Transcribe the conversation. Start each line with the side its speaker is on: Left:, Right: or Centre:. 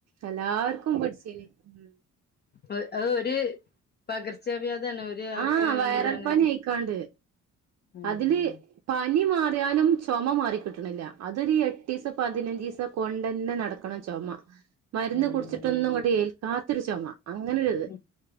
Right: എല്ലാർക്കും പിട്ച്ചീനി ഉം.
Left: അത് അത് ഒര് പകർച്ചവ്യാദണ് ഒര് ആക്ക്
Right: ആഹ് വൈറൽ
Left: എന്താണ്.
Right: പനി ആയിക്കാണ്ട്
Left: ഉം
Right: അതില് പനി മാറ്യാലും ചൊമ മാറിക്കിട്ട്ണില്ല അതൊര് എട്ടീസം പതിനഞ്ചീസം. കൊണ്ടന്നെ നടക്കണം ചൊമ. മരുന്ന്
Left: ഉം
Right: കുടിച്ചിട്ടൊന്നും ഇങ്ങട്ട് ഏൽക്കാത്തൊരു ചൊമ അങ്ങനെ ഒരു.
Left: ഉം